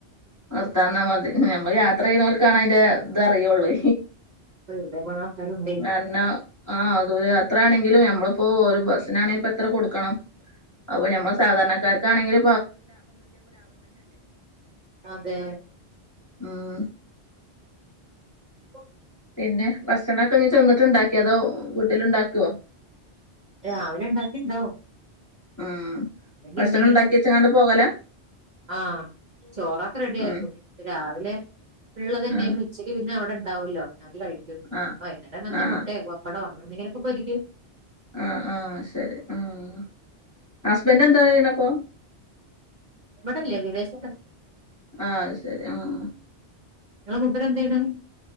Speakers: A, on the left (about 15°); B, on the right (about 45°).
A: നിർത്താന്നാ മതി ഞമ്മൾ യാത്ര ചെയ്യുന്നോൽക്കാണ് അയിന്റെ ഇതറിയുള്ളേ
B: വെറുതെ പോണ ആൾക്കാരുണ്ടേ
A: കാര്ണ ആഹ് അത് അത്ര ആണെങ്കിലും ഞമ്മളിപ്പോ ഒരു ബസ്സിനാണെങ്ക എത്ര കൊടുക്കണം അപ്പ ഞമ്മള് സാധാരണക്കാര്ക്കാണെങ്കില്
B: അതെ
A: ഉം
B: പ്പൊ
A: പിന്നെ ഭക്ഷണൊക്കെ ഇനി ചെന്നിട്ട്ണ്ടാക്കി അതോ വീട്ടിൽ ഉണ്ടാക്കോ?
B: രാവിലെണ്ടാക്കീണ്ടാവു
A: ഉം ഭക്ഷണംണ്ടാക്കിവെച്ച്ങ്ങാണ്ട്
B: എന്തെങ്കിലും
A: പോകല?
B: ആഹ് ചോറക്ക റെഡിയാരിക്കും
A: ഉം
B: രാവിലെ ഇള്ളതന്നെ
A: ആഹ്
B: അവര് ഉച്ചയ്ക്ക് പിന്നെ അവിടെ ഉണ്ടാവുല്ലോ അത്‌ കഴി ഇപ്പ
A: ആഹ്
B: വൈന്നേരം വല്ല
A: ആഹ്
B: മുട്ടേ പപ്പടൊ അങ്ങനെന്തെങ്കിലൊക്കെ പൊരിക്ക്
A: ആഹ് ആഹ് ശരി ആഹ് ഹസ്ബന്റെ എന്താ ചെയ്യണ ഇപ്പൊ?
B: ഇവിടെല്ലവിദേശത്താ
A: ആഹ്ശരി ആഹ്
B: നിങ്ങള മൂപ്പര് എന്ത് ചെയ്യണ്